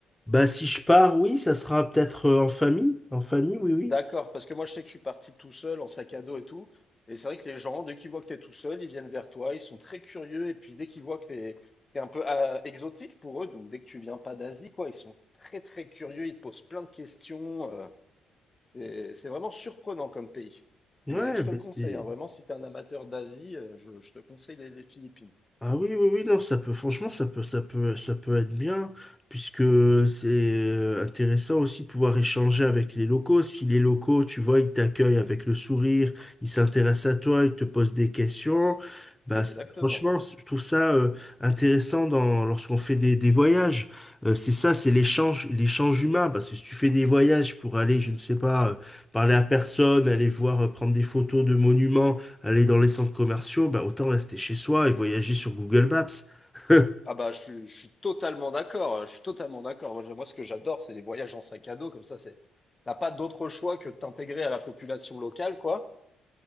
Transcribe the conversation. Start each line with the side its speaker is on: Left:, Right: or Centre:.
Centre: bah, si je pars, oui, ça sera peut-être euh, en famille. En famille, oui, oui.
Left: D'accord, parce que moi, je sais que je suis parti tout seul, en sac à dos et tout. Et c'est vrai que les gens, dès qu'ils voient que tu es tout seul, ils viennent vers toi, ils sont très curieux. Et puis, dès qu'ils voient que tu es, un peu ah, exotique pour eux, donc dès que tu viens pas d'Asie, quoi, ils sont très, très curieux, ils te posent plein de questions. euh, C'est c'est vraiment surprenant comme pays.
Centre: Ouais,
Left: Et je
Centre: bah,
Left: te le conseille,
Centre: c'est-
Left: hein, vraiment, si tu es un amateur d'Asie, euh, je, je te conseille les, les Philippines.
Centre: Ah oui, oui, oui, non, ça peut, franchement, ça peut, ça peut, ça peut être bien, puisque c'est euh, intéressant aussi de pouvoir échanger avec les locaux. Si les locaux, tu vois, ils t'accueillent avec le sourire, ils s'intéressent à toi, ils te posent des questions, bah,
Left: Exactement.
Centre: c'est- franchement, c'est- je trouve ça euh, intéressant dans, lorsqu'on fait des, des voyages. Euh, c'est ça, c'est l'échange, l'échange humain, parce que si tu fais des voyages pour aller, je ne sais pas, euh, parler à personne, aller voir, euh, prendre des photos de monuments, aller dans les centres commerciaux, bah, autant rester chez soi et voyager sur Google Maps. <laughs>
Left: Ah bah, je, suis je suis totalement d'accord. euh, Je suis totalement d'accord. Moi, je- moi, ce que j'adore, c'est les voyages en sac à dos. Comme ça, c'est, t'as pas d'autre choix que de t'intégrer à la population locale, quoi.